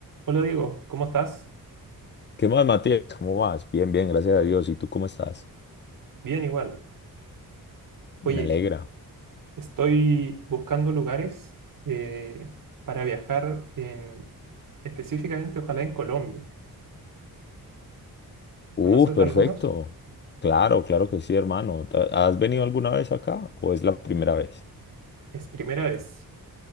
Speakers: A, on the right; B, on the left.
A: Hola Diego, ¿cómo estás?
B: ¿Qué más, Matías? ¿Cómo vas? Bien, bien, gracias a Dios. ¿Y tú cómo estás?
A: Bien igual. Oye,
B: Me alegra.
A: estoy buscando lugares eh, para viajar en, específicamente, ojalá en Colombia.
B: Uh,
A: ¿Conoces
B: perfecto.
A: algunos?
B: Claro, claro que sí, hermano. Ta- ¿Has venido alguna vez acá o es la primera vez?
A: Es primera vez.